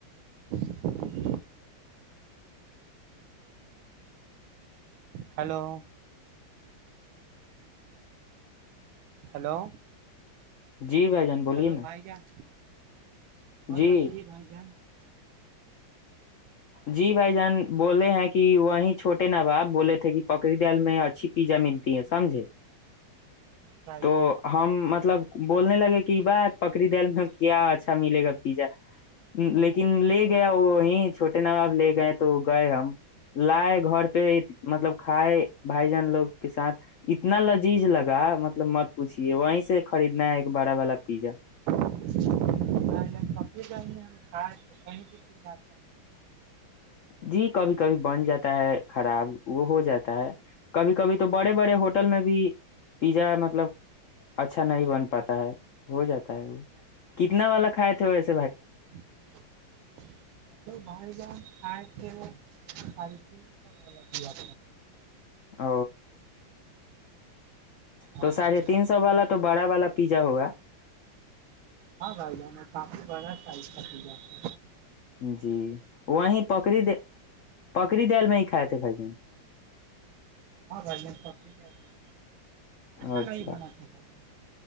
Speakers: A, on the right (about 80°); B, on the left (about 80°).
A: بس <unintelligible> ہلو <unintelligible> ہلو
B: جی بھائی جان بولیے
A: ہلو
B: نا
A: بھائی جان اور
B: جی
A: بس صحیح ہے بھائی جان
B: جی بھائی جان بولے ہیں کہ وہی چھوٹے ن باب بولے تھے کہ پکڑی دل میں اچھی پیزا ملتی ہے سمجھے
A: نہیں بھائی
B: تو
A: جان
B: ہم مطلب بولنے لگے کہ باہ پکری دل میں کیا اچھا ملے گا پیزا لیکن لے گیا وہ چھوٹے ن باب لے گئے تو گئے ہم لائے گھر پہ مطلب کھائے بھائی جان لوگ کے ساتھ اتنا لذیذ لگا مطلب مطلب مت پوچھیے وہیں سے خریدنا ہے ایک بڑا والا پیزا
A: ہم کپڑے د ہم کھائے کہیں ک
B: جی کبھی کبھی بن جاتا ہے خراب وہ ہو جاتا ہے کبھی کبھی تو بڑے بڑے ہوٹل میں بھی پیزا مطلب اچھا نہیں بن پاتا ہے ہو جاتا ہے وہ کتنا والا کھائے تھے وسے
A: ہم بر جا کائے ساڑے تین سو والا بھییاا
B: ا
A: ہاں
B: تو
A: بھائی
B: ساڑھے
A: جان
B: تین سو والا تو بڑا والا پیزا ہوگا
A: ہاں بائی جان پپ والڑا سائ کا جاتا
B: جی وہیں پکڑی د پکڑی دل میں ہی کھائے تھے بھائی ج
A: ہاں بھائی جان پکڑی جائیں گے
B: اچھا
A: نہیں بنا تھا بھائی جان